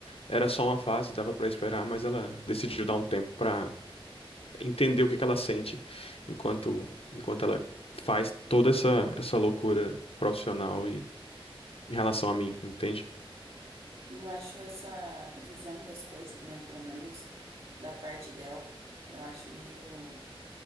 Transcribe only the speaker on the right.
Eu acho essa visão das coisas, né? Pelo menos da parte dela, eu acho meio,